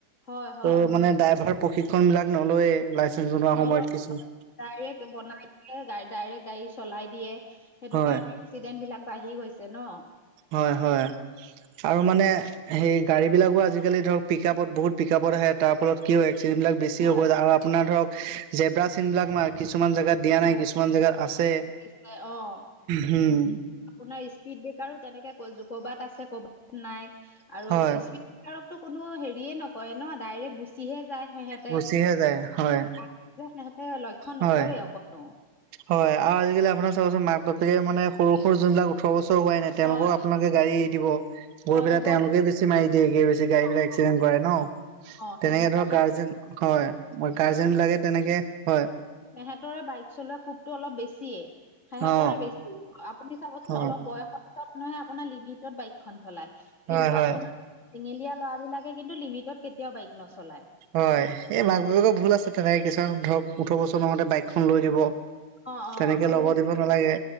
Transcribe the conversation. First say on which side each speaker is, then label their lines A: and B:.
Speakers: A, on the left (about 60°); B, on the right (about 70°).
A: হয় হয়
B: ত' মানে ড্ৰাইভাৰ প্ৰশিক্ষন বিলাক নলয়ে লাইচেন্ঞ্চ বনোৱা
A: নলয়
B: সময়ত কিছুমান
A: ডাইৰেক্ট বনাই দিয়ে গা ডাইৰেক্ট গাড়ী চলাই দিয়ে সেইটো
B: হয়
A: কাৰণে এক্সিডেণ্ট বিলাক বাঢ়ি গৈছে ন?
B: হয় হয় আৰু মানে সেই গাড়ীবিলাকো আজিকালি ধৰ পিক আপত, বহুত পিক আাপত আহে, তাৰ ফলত কিয় এক্সিডেণ্টলাক বেছি
A: হয়
B: হব আৰু আপোনাৰ ধৰক জেব্ৰা চীন বিলাক কিছুমান জেগাত দিয়া
A: হয়
B: নাই, কিছুমান জেগাত আছে,
A: নিশ্চয় অ
B: হম।
A: আপোনাৰ স্পীড ব্ৰেকাৰো তেনেকে কৰ'বাত আছে, কৰবাত নাই আৰু
B: হয়
A: স্পীড কোনো হেৰিয়ে নকৰে ন? ডাইৰেক্ট গুচিহে যায় সেহেঁতে।
B: গুচিহে
A: সিহঁতে
B: যায় হয়
A: লক্ষ্য
B: হয়
A: নকৰে অকনো।
B: হয় আৰু আজিকালি আপোনাৰ চাবচোন মাক-বাপেকে মানে সৰু সৰু যোনবিলাক ওঠৰ বছৰ হোৱাই নাই, তেওঁলোকৰ
A: হয়
B: আপোনালোকে গাড়ী ৰিদিব, গৈ
A: অ
B: পেলাই
A: দিব
B: তেওঁলোকে
A: অ
B: বেছি মাৰি দিয়েগে গাড়ী
A: অ
B: বিলাক এক্সিডেন্ট কৰে ন?
A: অ সিহঁতৰ
B: তেনেকে ধৰক গাৰ্জেন, হয়। মই গাৰ্জেন বিলাকে তেনেকে, হয়।
A: হেহেতৰে বাইক চলোৱা কোপটো অলপ বেছিএ। সিহতৰে
B: অ
A: বেছি। আপুনি চাবচোন
B: অ
A: অলপ বয়সস্থ মানুহে আপোনাৰ লিমিটত বাইক খন চলাই। কিন্তু
B: হয় হয়
A: আপোনাৰ চেঙেলীয়া ল'ৰা বিলাকে কিন্তু লিমিটত কেতিয়াও বাইক নচলায়।
B: হয় এই মাক বাপেকৰ ভুল আছে, তেনেকে কিছুমান ধৰক ওঠৰ বছৰ নহওতে বাইকখন লৈ দিব,
A: অ অ
B: তেনেকে
A: সেইবিলাক
B: ল'ব দিব নালাগে,